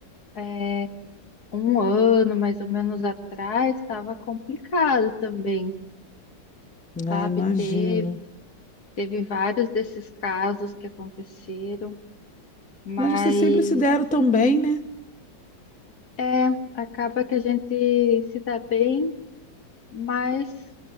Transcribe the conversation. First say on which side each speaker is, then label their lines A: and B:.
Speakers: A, on the left; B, in the centre.
A: é, um ano mais ou menos atrás estava complicado também, sabe?
B: Ah, imagino.
A: Teve Teve vários desses casos que aconteceram, mas
B: Mas vocês sempre se deram tão bem, né?
A: é, acaba que a gente se dá bem, mas